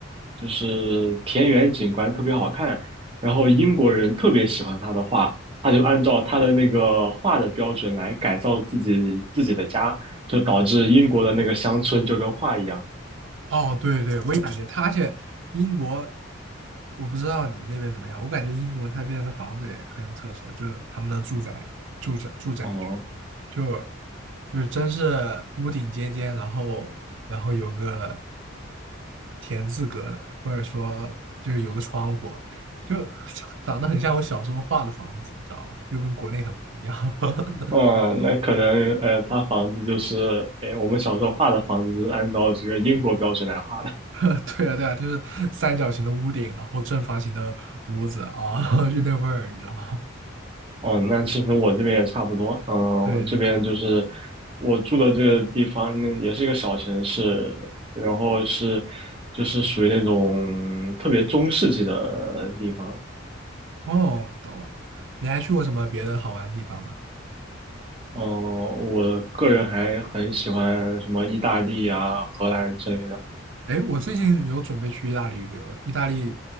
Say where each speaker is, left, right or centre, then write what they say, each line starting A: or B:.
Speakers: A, on the right; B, on the right.
A: 就是田园景观特别好看，然后英国人特别喜欢他的画，他就按照他的那个画的标准来改造自己自己的家，就导致英国的那个乡村就跟画一样。
B: 哦，对对，我也感觉他，而且英国，我不知道你们那边怎么样，我感觉英国那边的房子也很有特色，就是他们的住宅、住宅、住宅区，
A: 哦、
B: 就就是真是屋顶尖尖，然后然后有个田字格的，或者说就是有个窗户，就 <laughs> 长得很像我小时候画的房子，你知道吧？就跟国内很不一样。<laughs>
A: 哦，那可能呃，他房子就是，哎，我们小时候画的房子就是按照这个英国标准来画的。
B: <laughs> 对啊，对啊，就是三角形的屋顶，然后正方形的屋子啊，<laughs> 就那味儿，你知道吗？
A: 哦，那其实我这边也差不多。嗯，
B: <laughs> 对对，
A: 我这边就是
B: 可
A: 我住的这个地方，那也是一个小城市，然后是就是属于那种特别中世纪的地方。
B: 哦，懂了。你还去过什么别的好玩的地方吗？
A: 嗯，我个人还很喜欢什么意大利啊、荷兰之类的。
B: 哎，我最近有准备去意大利旅游，意大利，